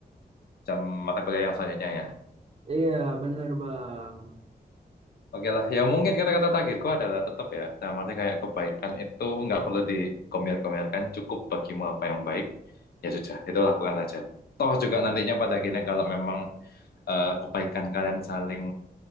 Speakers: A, on the left; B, on the right.
A: jam mata kuliah yang selanjutnya ya.
B: Iya, benar Bang.
A: Oke lah, ya mungkin kata-kata terakhirku adalah tetap ya. Dalam arti kayak kebaikan itu nggak perlu dikomyar-komyarkan. Cukup bagimu apa yang baik, ya sudah. Itu lakukan aja. Toh juga nantinya pada akhirnya kalau memang eh, kebaikan kalian saling